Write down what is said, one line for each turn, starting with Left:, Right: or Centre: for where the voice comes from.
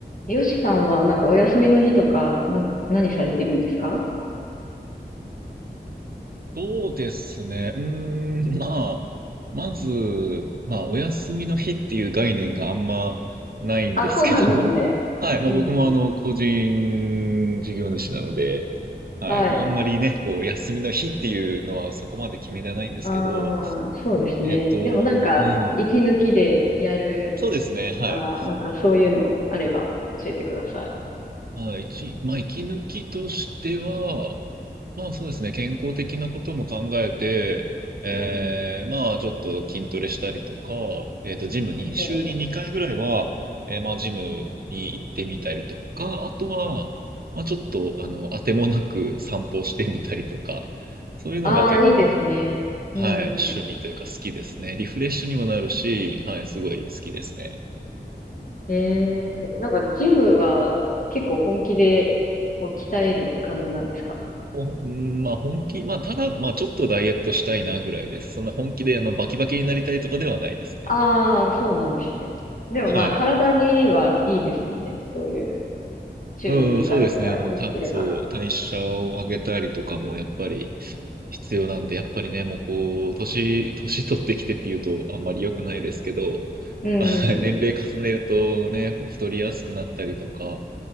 Left: よしさんは、なんかお休みの日とか、なん、何されてるんですか
Right: そうですね。うーん、<laughs> まあ、まず、まあ、お休みの日っていう概念があんまないんですけども、
Left: あ、そうなんですね。
Right: <laughs> はい、まあ僕もあの、
Left: うん。
Right: 個人事業主なので、はい、
Left: はい。
Right: まああんまりね、こう、休みの日っていうのはそこまで決めてないんですけど、
Left: ああ、そうですね。
Right: えっと、
Left: でもなんか、
Right: うん、
Left: 息抜きでやるしか、
Right: そうですね、はい。
Left: なんかそういうのあれば教えてください。
Right: はい、一、まあ、息抜きとしては、まあそうですね、健康的なことも考えて、えー、
Left: うん
Right: まあちょっと筋トレしたりとか、えっと、ジムに、週に2回ぐらいは、
Left: うん。
Right: えー、まあジムに行ってみたりとか、あとは、まあちょっと、あの、当てもなく散歩してみたりとか、そういうのが結構、
Left: ああ、いいですね。
Right: あの、
Left: うんう
Right: はい、趣味というか好きですね。リフレッシュにもなるし、はい、すごい好きですね。
Left: ん。えー、なんかジムは結構本気でもう鍛えるって感じなんですか
Right: おうんまあ本気、まあただ、まあちょっとダイエットしたいなぐらいです。そんな本気であのバキバキになりたいとかではないですね。
Left: ああー、そうなんですね。でもまあ体にはいいですもんね。
Right: はい。
Left: そういう。週に2回ぐらい行ってれば。
Right: うん、そうですね。あの、た、そう、代謝を上げたりとかもやっぱり必要なんで、やっぱりね、もうこう、年、年取ってきてっていうとあんまり良くないですけど、
Left: うん。
Right: <laughs> あ年齢重ねるとね、太りやすくなったりとか、